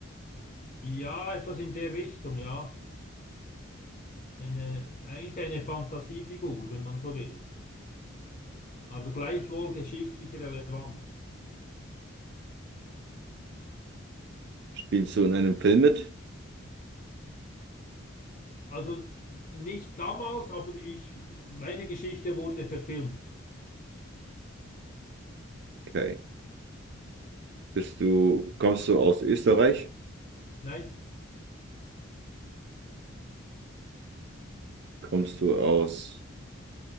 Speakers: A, on the left; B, on the right.
A: Ja, etwas in der Richtung, ja. Eine, eigentlich eine Fantasiefigur, wenn man so will. Aber gleichwohl geschichtlich relevant.
B: Spielst du in einem Film mit?
A: Also nicht damals, aber ich, meine Geschichte wurde verfilmt.
B: Okay. Bist du, kommst du aus Österreich?
A: Nein,
B: Kommst du aus